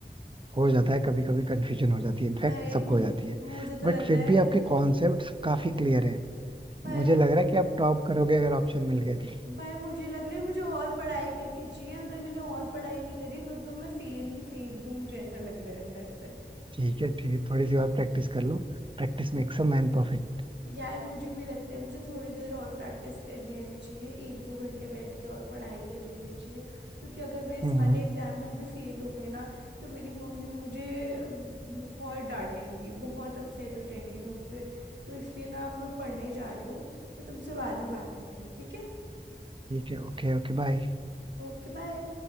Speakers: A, on the right; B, on the right.
A: हो जाता है कभी कभी कंफ्यूजन हो जाती है इनफैक्ट
B: भाई
A: सबको
B: मुझे,
A: हो जाती है
B: मुझे तो
A: बट
B: लग
A: फिर
B: रहा है
A: भी आपके कॉन्सेप्ट्स काफी क्लियर है
B: भाई
A: मुझे
B: मुझ,
A: लग रहा है कि आप टॉप करोगे अगर ऑप्शन मिल गए तो
B: भाई मुझे लग रहा है मुझे और पढ़ाई करनी चाहिए अगर मैंने और पढ़ाई नहीं करी तो तो मैं फेल ही फेल हूँ मुझे ऐसा लग रहा है अंदर से
A: ठीक है ठीक है थोड़ी सी और प्रैक्टिस कर लो Practice makes a man perfect
B: यार मुझे भी लगता है मुझे थोड़ी देर और प्रैक्टिस कर लेनी चाहिए एक दो घंटे बैठ के और पढ़ाई कर लेनी चाहिए क्योंकि अगर मैं इस
A: हम्म
B: वाले एग्जाम में भी फेल हो गई ना तो मेरी मम्मी मुझे बहुत डांटेंगी बहुत अपसेट हो जाएंगी मुझसे तो इसलिए ना अब मैं पढ़ने जा रही हूँ मैं तुमसे बाद में बात करती हूँ ठीक है
A: ठीक है ओके ओके बाय
B: Okay bye